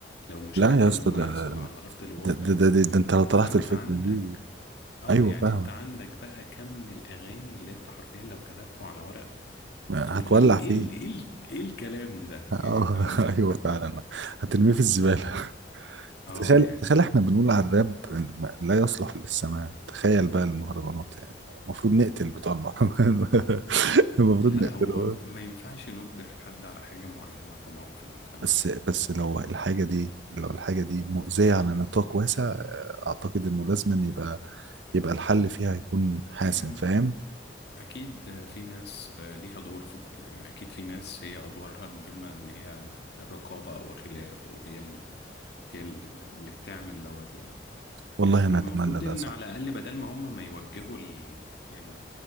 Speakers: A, on the left; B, on the right.
A: لو مش
B: لا
A: قابل
B: يا
A: ان
B: اسطى
A: هو
B: ده
A: يحصل على ارض الواقع
B: ده ده, ده, ده, ده انت لو
A: فانت
B: طرحت الفكره
A: عندك
B: دي
A: اه
B: ايوه
A: يعني
B: فاهمك
A: انت عندك بقى كم الاغاني اللي انت حرفيا لو كتبته على ورق
B: هتولع
A: هتقول ايه ال-
B: فيه
A: ايه ال- ايه ال- ايه الكلام ده يعني
B: اه
A: فاهم
B: <laughs> ايوه
A: دي-
B: فعلا هترميه في الزباله
A: اه
B: تخيل
A: يعني
B: تخيل احنا بنقول على الراب ما- لا يصلح للسماع تخيل بقى المهرجانات يعني المفروض نقتل
A: مم.
B: بتوع المهرجانات <laughs> المفروض
A: لا
B: نقتله
A: هو ما ينفعش نجبر حد على حاجة معينة طبعا في المجتمع
B: بس
A: يعني
B: بس لو الحاجة دي لو الحاجة دي مؤذية على نطاق واسع آه، أعتقد إنه لازم أن يبقى يبقى الحل فيها يكون حاسم
A: يعني
B: فاهم
A: اكيد في ناس ليها دور في ده يعني اكيد في ناس هي ادوارها المهمة ان هي الرقابة وخلافه وهي ال- هي ال- اللي بتعمل دوت يعني
B: والله
A: والمفروض
B: أنا أتمنى ده
A: ان
B: صح
A: على الاقل بدل ما هم ما يوجهوا ال... يعني